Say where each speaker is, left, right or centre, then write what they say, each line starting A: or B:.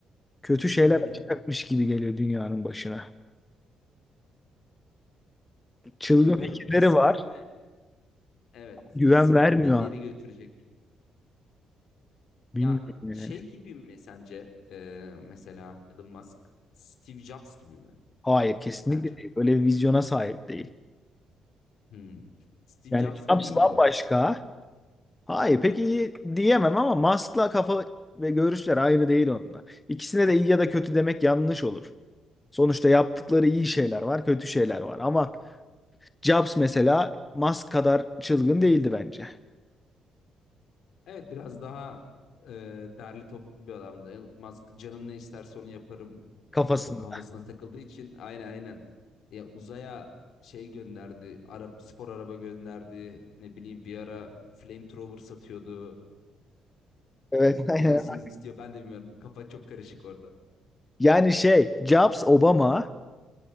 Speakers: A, on the left; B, on the left.
A: Kötü şeyler
B: <laughs>
A: açacakmış gibi geliyor dünyanın başına. Çılgın
B: Bilmiyorum.
A: fikirleri
B: Kesinlikle
A: var.
B: evet.
A: Güven
B: Kesinlikle
A: vermiyor
B: ileri
A: abi.
B: götürecek.
A: Bilmiyorum
B: Ya
A: yani.
B: şey gibi mi sence e, mesela Elon Musk Steve Jobs gibi mi
A: Hayır kesinlikle
B: sence?
A: değil. Böyle bir vizyona sahip değil.
B: Hmm. Steve
A: Yani
B: Jobs
A: Schnaps
B: iyi mi?
A: bambaşka. Hayır pek iyi diyemem ama Musk'la kafa ve görüşler aynı değil onunla. İkisine de iyi ya da kötü demek yanlış olur. Sonuçta yaptıkları iyi şeyler var, kötü şeyler var. Ama Jobs mesela Musk kadar çılgın değildi bence
B: Evet biraz daha e, derli toplu bir adamdı. Elon Musk canım ne isterse onu yaparım
A: kafasında.
B: kafasına takıldığı için aynen aynen. Ya uzaya şey gönderdi. Arap spor araba gönderdi. Ne bileyim bir ara flamethrower satıyordu. <laughs>
A: Evet. <laughs>
B: Ne olsun istiyor ben de bilmiyorum. Kafa çok karışık orada.
A: Yani şey Jobs Obama,